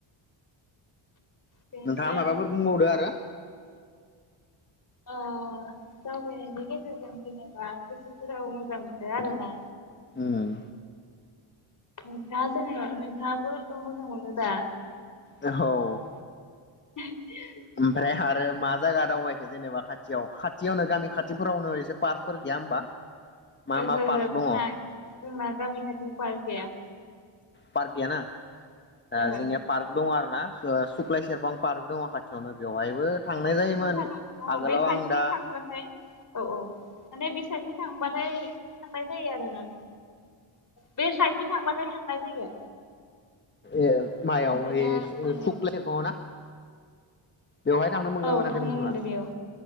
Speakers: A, on the left; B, on the left.
A: बेनिफ्राय
B: नोंथाङा माबाफोर
A: ओ
B: बुंबावदो आरो
A: ओ दावबायनायनि गेजेरजों जेनेबा गोसोफोराबो मोजां मोनो आरोना
B: ओम
A: नोंथाङा जेनेबा नोंथाङाबो ओ मोजां मोनो दा
B: औ
A: <unintelligible>
B: ओमफ्राय आरो मा जायगा दावबायखो जेनेबा खाथियाव खाथियावनो गामि खाथिफोरावनो एसे पार्कफोर गैया होमबा मा
A: ओहो
B: मा
A: ओहो
B: पार्क
A: जोंना
B: दङ
A: जोंना गामि खाथियाव पार्क गैया
B: पार्क गैया ना
A: ओहो
B: ओ जोंनिया पार्क दङ आरो ना ओ सुख्लाय सेरफां पार्क दङ खाथियावनो बेवहायबो थांनाय जायोमोन
A: मोखां अ
B: आगोलाव
A: बे साइडखि
B: आं दा
A: थांबाथाय औ औ माने बे साइदथि थांबाथाय थांनाय जायो आरोना बे साइदथि थांबाथाय थां नाय जायो
B: ए मायाव
A: ओमफ्राय
B: ओइ
A: दा ओ
B: सुख्लाय सेरफाङाव ना बेवहाय थांनो मोनगोन
A: औ
B: ना मोनाखै
A: थांनो
B: नोंथाङा
A: मोनदो बेयाव